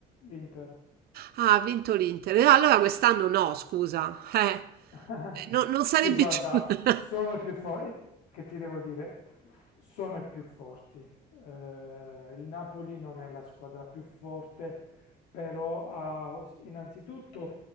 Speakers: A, on the left (about 85°); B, on the right (about 65°).
A: l'Inter.
B: Ah, ha vinto l'Inter. Eh, Allora quest'anno no, scusa. Eh,
A: <laughs>
B: no- non sarebbe...
A: Sì, guarda,
B: giu- <laughs>
A: sono i più forti, che ti devo dire, sono i più forti. Eh, il Napoli non è la squadra più forte, però ha innanzitutto